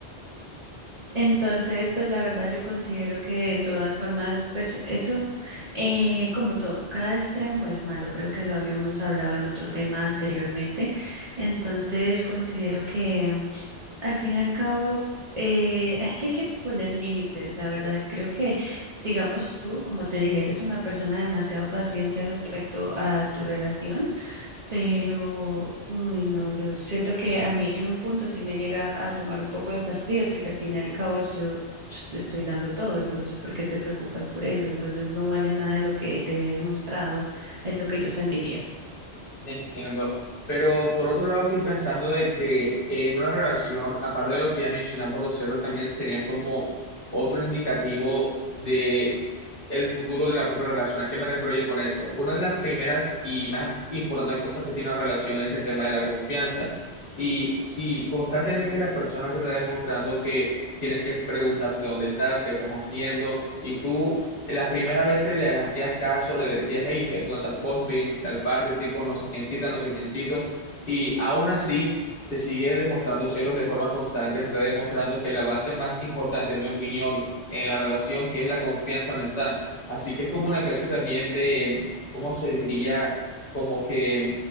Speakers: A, on the right; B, on the left.
A: Entonces, pues la verdad yo considero que de todas formas, pues eso, eh, como todo, cada extremo es malo, creo que lo habíamos hablado en otro tema anteriormente. Entonces, considero que Al fin y al cabo, eh, es que hay que poner límites, la verdad. Creo que, digamos tú, como te dije, eres una persona demasiado paciente respecto a tu relación, pero, uy, no, yo siento que a mí en un punto sí me llega a tomar un poco de fastidio, porque al fin y al cabo yo s- estoy dando todo, entonces, ¿por qué te preocupas por eso? Entonces, no vale nada de lo que te he demostrado, es lo que yo sentiría.
B: Entiendo. Pero por otro lado, estoy pensando de que en una relación, aparte de lo que ya mencionamos, los celos también serían como otro indicativo de el futuro de la propia relación. ¿A qué me refiero yo con esto? Una de las primeras y más importantes cosas que tiene una relación es el tema de la confianza. Y si constantemente la persona te está demostrando que tienes que preguntarte dónde estás, qué estás haciendo, y tú en las primeras veces le hacías caso, le decías, hey, estoy haciendo tal cosa, estoy en tal parte, estoy con no sé quién cita, no sé quién cito, y aún así te sigue demostrando celos de forma constante, te está demostrando que la base más importante, en mi opinión, en la relación, que es la confianza, no está. Así que es como una clase también de, ¿cómo se diría? Como que